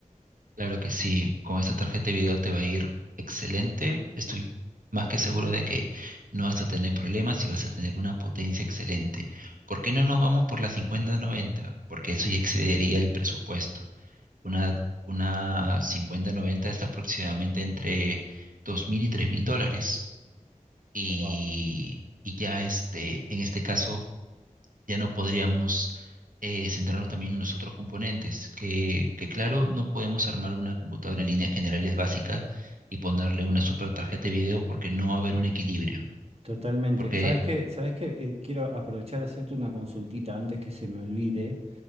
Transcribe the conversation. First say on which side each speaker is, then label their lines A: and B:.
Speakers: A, on the right; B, on the right.
A: Claro que sí, con esta tarjeta de video te va a ir excelente. Estoy más que seguro de que no vas a tener problemas y vas a tener una potencia excelente. ¿Por qué no nos vamos por la 5090? Porque eso ya excedería el presupuesto. Una, una 5090 está aproximadamente entre 2.000 y 3.000 dólares. y,
B: Wow.
A: y ya este, en este caso ya no podríamos eh, centrarnos también en los otros componentes, que, que claro, no podemos armar una computadora en líneas generales básicas y ponerle una super tarjeta de video porque no va a haber un equilibrio.
B: Totalmente.
A: Porque,
B: ¿Sabes qué? ¿Sabes qué? Eh, quiero aprovechar a hacerte una consultita antes que se me olvide.